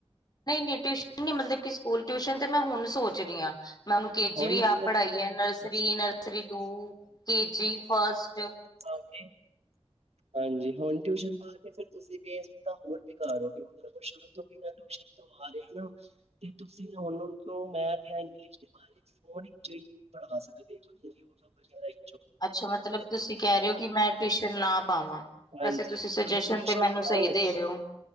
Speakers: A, on the left; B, on the right.
A: ਨਈ-ਨਈ ਟਿਊਸ਼ਨ ਨੀ ਮਤਲਬ ਕਿ ਸਕੂਲ ਟਿਊਸ਼ਨ ਤੇ ਮੈਂ ਹੁਨ ਸੋਚ ਰਈ ਆਂ। ਮੈਂ ਓਨੂੰ ਕੇ
B: ਹੁਣ
A: ਜੀ ਵੀ ਆਪ
B: ਫਿਰ
A: ਪੜ੍ਹਾਈ ਐ nursery,
B: ਤੁਸੀਂ
A: nursery to, K G, first
B: okay ਹਾਂਜੀ, ਹੁਨ ਟਿਊਸ਼ਨ ਪਰ ਤੇ ਫਿਰ ਤੁਸੀਂ ਬੇਸ ਤਾਂ ਹੋਰ ਬਿਕਾਰੋਗੇ ਮਤਲਬ ਸ਼ੁਰੂ ਤੋਂ ਬਿਨਾਂ ਟਿਊਸ਼ਨ ਤੋਂ ਆ ਰਿਆ ਨਾ ਤੇ ਤੁਸੀਂ ਹੁਨ ਓਨੂੰ ਕਿਉਂ ਮੈਥ ਯਾ ਇੰਗਲਿਸ਼ ਦੇਖੋ। ਫੋਨ ਵਿੱਚੋਂ ਈ ਪੜ੍ਹਾ ਸਕਦੇ ਹੋ, ਯੂਟੂਬ ਵਗੈਰਾ ਈ
A: ਅੱਛਾ ਮਤਲਬ ਤੁਸੀਂ ਕੈ ਰਏ ਓਂ ਕਿ ਮੈਂ ਟਿਊਸ਼ਨ ਨਾ ਪਾਵਾਂ।
B: ਹਾਂਜੀ,
A: ਵੈਸੇ ਤੁਸੀਂ ਸੁਜੈਸ਼ਨ
B: ਬਈ ਟਿਊਸ਼ਨ
A: ਤੇ ਮੈਨੂੰ
B: ਪਾਓ
A: ਸਈ ਦੇ ਰਏ ਓਂ।